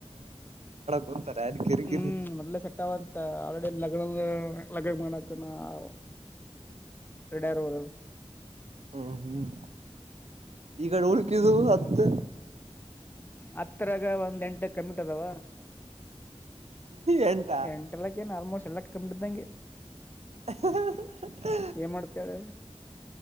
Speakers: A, on the right; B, on the left.
A: ಕುಂತಾರ ಅದ್ ಕಿರಿಕಿರಿ
B: ಹ್ಮ್ ಮೊದ್ಲೇ ಸೆಟ್ಟ್ಗಂತ ಆಲ್ರೆಡಿ ಲಗ್ನವೇ ಲಗ ಮಾಡಕನು ಆ ರೇಡಿ ಅವರೇ ಅವರು
A: ಹ್ಮ ಹ್ಮ್ ಈಗಡೆ ಉುಳ್ಕಿದವು ಹತ್ತು
B: ಹತ್ರರಗ ಒಂದ್ ಎಂಟ್ ಕಯಮಟೇ ಇದವ
A: ಎಂಟಾ
B: ಏನ್ ಆಲ್ಮೋಸ್ಟ್ ಎಲ್ಲ ಕಯಮ್ಟ್ ಇದ ಹಾಗೆ
A: ಹ ಹಾ ಹಾ
B: ಏನ್ ಮಾಡ್ತೇಳ